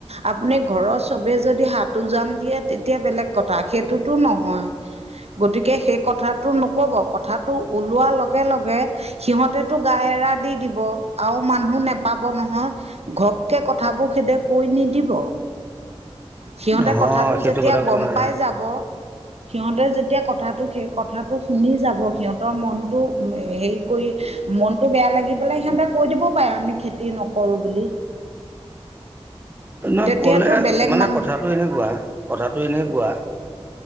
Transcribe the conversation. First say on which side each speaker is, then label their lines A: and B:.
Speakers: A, on the right; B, on the right.
A: আপুনি ঘৰৰ চবেই যদি হাত উজান দিয়ে, তেতিয়া বেলেগ কথা সেইটোতো নহয়। গতিকে সেই কথাটো নক'ব। কথাটো ওলোৱাৰ লগে লগে সিহঁতেতো গা এৰা দি দিব? আৰু মানুহ নেপাব নহয়। ঘপকে, কথাবোৰ খেদে কৈ নিদিব। সিহঁতে
B: নহয়
A: কথাটো
B: সেইটো
A: যেতিয়া
B: কথা কোৱা
A: গম
B: নাই।
A: পাই যাব সিহঁতে যেতিয়া কথাটো সেই কথাটো শুনি যাব সিহঁতৰ মনটো হেৰি কৰি মনতটো বেয়া লাগি পেলাই সিহঁতে কৈ দিবও পাৰে আমি খেতি নকৰো বুলি।
B: নহয়
A: তেতিয়াতো
B: কলে
A: বেলেগ
B: মানে,
A: মানুহ
B: কথাটো এনেকুৱা কথাটো এনেকোৱা